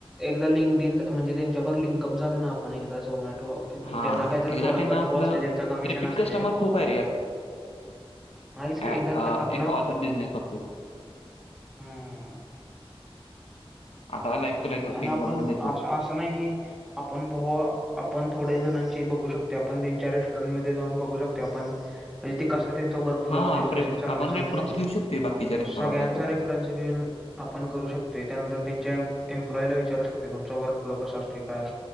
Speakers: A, in the centre; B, on the left.
A: एकदा लिंक इन म्हणजे त्यांच्यावर लिंकअप झालो. ना आपण एकदा झोमॅटो.
B: हा
A: त्यांना काहीतरी
B: एकदा
A: थोडा.
B: त्यांना
A: कटव
B: आपलं
A: असते. त्यांचा कमिशन
B: रिपीट
A: असते.
B: कस्टमर खूप आहे रे यात
A: मास क
B: अ-
A: एकदा
B: अ,
A: आपला
B: एक ऑदर बिझनेस बाबतीत
A: हम्
B: आता लाईक
A: तसच
B: तुला
A: नाही.
B: एक
A: आणि आपण
B: एक्झाम्पल देतो
A: असं. असं नाही की आपण भा आपण थोड्या जणांचे बघू शकतो. आपण त्यांच्या रेस्टॉरंट म जाऊन बघू शकतो. आपण म्हणजे ते कसा त्यांचा वर्क
B: हां,
A: फ्लो असते. ज
B: प्रेफ
A: चांगले
B: आपण
A: चांगले.
B: रेफरन्स
A: ते
B: घेऊ शकतोय बाकीच्या रेस्टॉरंटचा
A: सगळ्यांचा
B: पण.
A: रेफर े आपण करू शकतो. त्यानंतर त्यांच्या एम्पलॉईला विचारू शकते. तुमचा वर्क फ्ल कस असते. काय